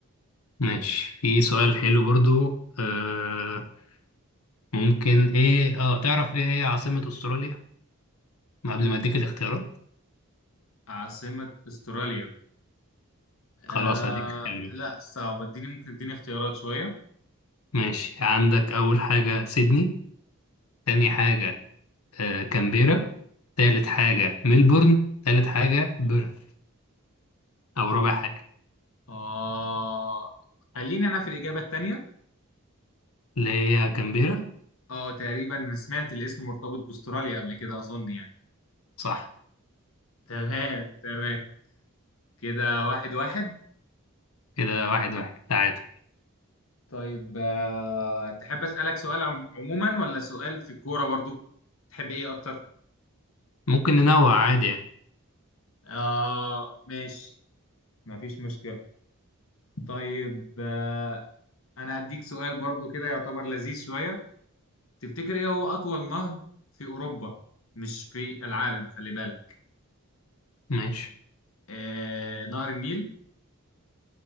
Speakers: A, on the left; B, on the left.
A: ماشي في سؤال حلو برضو آه ممكن ايه اه تعرف ايه هي عاصمة استراليا ما قبل ما اديك الاختيارات
B: عاصمة استراليا آه
A: خلاص هديك اختيارات
B: لا صعب اديني ممكن اديني اختيارات شوية
A: ماشي عندك اول حاجة سيدني تاني حاجة آه كامبيرا تالت حاجة ملبورن تالت حاجة بيرث او رابع حاجة
B: آه خليني انا في الإجابة التانية
A: اللي هي كامبيرا
B: اه تقريبا سمعت الاسم مرتبط باستراليا قبل كده اظن يعني
A: صح
B: تمام تمام كده واحد واحد
A: كده واحد واحد تعادل
B: طيب آه، تحب أسألك سؤال عم- عموما ولا سؤال في الكورة برضو تحب ايه اكتر
A: ممكن ننوع عادي يعني
B: آه ماشي مفيش مشكلة طيب آه، انا هديك سؤال برضو كده يعتبر لذيذ شوية تفتكر ايه هو اطول نهر في اوروبا مش في العالم خلي بالك
A: ماشي
B: آه نهر النيل